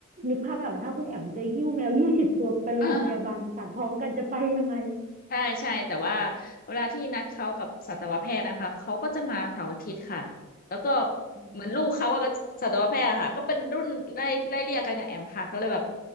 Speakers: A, on the right; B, on the left.
A: นึกภาพไม่ออกนะถ้าคุณแอมจะหิ้วแมวยี่สิบตัวไปโรงพยาบาลสัตว์พร้อมกันจะไปยังไง
B: อ่าใช่ใช่แต่ว่าเวลาที่นัดเขากับสัตวแพทย์นะคะเขาก็จะมาเสาร์อาทิตย์ค่ะแล้วก็
A: อืม
B: เหมือนลูกเขาอะก็สัตวแพทย์อะค่ะก็เป็นรุ่นไล่ไล่เลี่ยกันกับแอมค่ะก็เลยแบบ